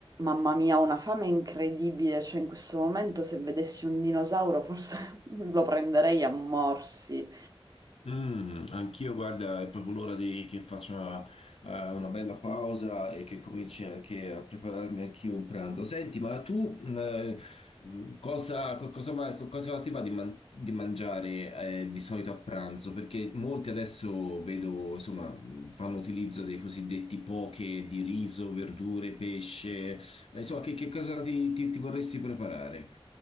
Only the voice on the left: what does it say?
Mm, anch'io, guarda, è proprio l'ora di- che faccia eh, una bella pausa e che cominci anche a prepararmi anch'io un pranzo. Senti, ma tu mm, eh, mm, cosa, co- cosa, ma- co- cosa ti va di, man- di mangiare eh, di solito a pranzo? Perché molti adesso vedo, insomma, mm, fanno utilizzo dei cosiddetti poke di riso, verdure, pesce. Eh, Insomma, che, che cosa ti, ti- ti vorresti preparare?